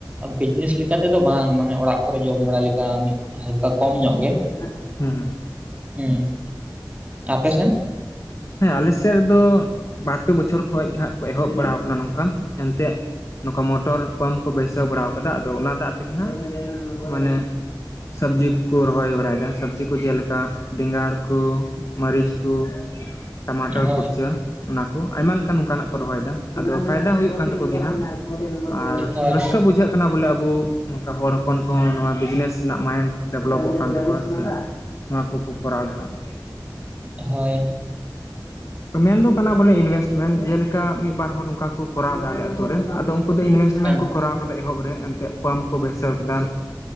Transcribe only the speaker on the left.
ᱦᱮᱸ ᱦᱮᱸ
ᱟᱪᱪᱷᱟ,
ᱦᱮᱸ ᱟᱞᱮ ᱥᱮᱫ ᱨᱮ ᱫᱚ ᱵᱟᱨ-ᱯᱮ ᱵᱚᱪᱷᱚᱨ ᱠᱷᱚᱡ ᱦᱟᱸᱜ ᱠᱚ ᱮᱦᱚᱵ ᱵᱟᱲᱟᱣ ᱟᱠᱟᱱᱟ ᱱᱚᱝᱠᱟᱱ ᱮᱱᱛᱮᱜ ᱱᱚᱝᱠᱟ ᱢᱚᱴᱚᱨ ᱯᱟᱢᱯ ᱠᱚ ᱵᱟᱹᱭᱥᱟᱹᱣ ᱵᱟᱲ ᱠᱟᱫᱟ ᱟᱫᱚ ᱚᱱᱟ ᱫᱟᱜ ᱛᱮᱜᱮ ᱦᱟᱸᱜ ᱢᱟᱱᱮ ᱥᱚᱵᱽᱡᱤ ᱠᱚᱠᱚ ᱨᱚᱦᱚᱭ ᱵᱟᱲᱟᱭᱮᱫᱟ, ᱥᱚᱵᱽᱡᱤ ᱠᱚ ᱡᱮᱞᱮᱠᱟ ᱵᱮᱸᱜᱟᱲ ᱠᱚ ᱢᱟᱹᱨᱤᱪ ᱠᱚ ᱴᱟᱢᱟᱴᱚᱨ
ᱠᱩᱲᱪᱟᱹ, ᱚᱱᱟ ᱠᱚ ᱟᱭᱢᱟ ᱞᱮᱠᱟᱱ ᱚᱱᱠᱟᱱᱟᱜ ᱠᱚ ᱨᱚᱦᱚᱭᱮᱫᱟ ᱟᱫᱚ ᱯᱷᱟᱭᱫᱟ ᱦᱩᱭᱩᱜ ᱠᱟᱱ ᱛᱟᱠᱚ ᱜᱮᱭᱟ ᱦᱟᱸᱜ᱾ ᱟᱨ
ᱨᱟᱹᱥᱠᱟᱹ ᱵᱩᱡᱷᱟᱹᱜ ᱠᱟᱱᱟ ᱵᱚᱞᱮ ᱟᱵᱚ ᱱᱚᱝᱠᱟ ᱦᱚᱲ ᱦᱚᱯᱚᱱ ᱠᱚᱦᱚᱸ ᱱᱚᱣᱟ ᱵᱤᱡᱽᱱᱮᱥ ᱨᱮᱱᱟᱜ ᱢᱟᱭᱤᱱᱰ ᱰᱮᱵᱷᱞᱚᱯᱚᱜ ᱠᱟᱱ ᱛᱟᱠᱚᱣᱟ ᱥᱮ, ᱱᱚᱣᱟ ᱠᱚᱠᱚ ᱠᱚᱨᱟᱣ ᱫᱟ ᱦᱟᱸᱜ
ᱢᱮᱱᱫᱚ ᱠᱟᱱᱟ ᱵᱚᱞᱮ ᱤᱱᱵᱷᱮᱥᱴᱢᱮᱱᱴ ᱡᱮᱞᱮᱠᱟ ᱢᱤᱫ ᱵᱟᱨ ᱦᱚᱲ ᱱᱚᱝᱠᱟ ᱠᱚ ᱠᱚᱨᱟᱣ ᱮᱫᱟ ᱟᱞᱮ ᱟᱹᱛᱩ ᱨᱮ ᱟᱫᱚ ᱩᱱᱠᱩ ᱫᱚ ᱤᱱᱵᱷᱮᱥᱴ
ᱢᱮᱱᱴ ᱠᱚᱨᱟᱣ ᱠᱟᱫᱟ ᱮᱦᱚᱵ ᱨᱮ ᱮᱱᱛᱮᱫ ᱯᱟᱢᱯ ᱠᱚ ᱵᱟᱹᱭᱥᱟᱹᱣ ᱠᱮᱫᱟ᱾